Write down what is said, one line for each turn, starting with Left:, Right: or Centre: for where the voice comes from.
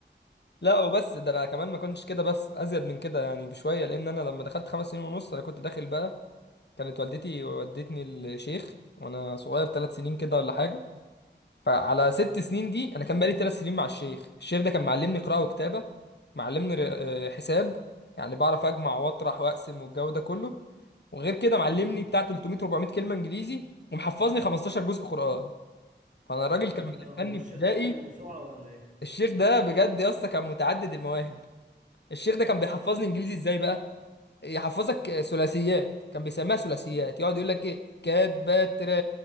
Left: لا وبس ده انا كمان ما كنتش كده بس ازيد من كده يعني بشويه لان انا لما دخلت خمس سنين ونص انا كنت داخل بقى كانت والدتي ودتني الشيخ وانا صغير ثلاث سنين كده ولا حاجه فعلى ست سنين دي انا كان بقالي ثلاث سنين مع الشيخ الشيخ ده كان معلمني قراءه وكتابه معلمني ر- آه، حساب يعني بعرف اجمع
Right: مم.
Left: واطرح واقسم والجو ده كله وغير كده معلمني
Right: مم.
Left: بتاع 300 400 كلمه انجليزي ومحفظني 15 جزء قران فانا الراجل
Right: ما شاء
Left: كان مدخلني
Right: الله هو الشيخ
Left: ابتدائي
Right: ده كان موسوعة ولا ايه
Left: الشيخ ده بجد يا اسطى كان متعدد المواهب الشيخ ده كان بيحفظني انجليزي ازاي بقى يحفظك آه، ثلاثيات كان بيسميها ثلاثيات يقعد يقول لك ايه كات بات